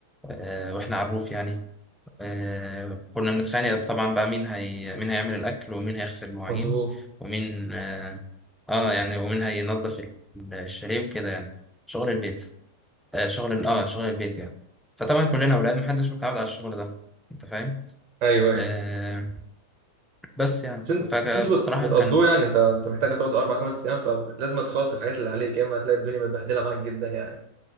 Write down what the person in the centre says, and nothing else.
آه وإحنا على الروف يعني آه كنا بنتخانق طبعا بقى مين هي مين هيعمل الأكل ومين هيغسل المواعين
ومين آه, آه يعني ومين هينظف الشاليه وكده يعني شغل البيت آه، شغل ال- اه شغل البيت يعني فطبعا كلنا اولاد محدش متعود على الشغل ده انت فاهم
آه بس يعني
فجأة
بصراحة
كان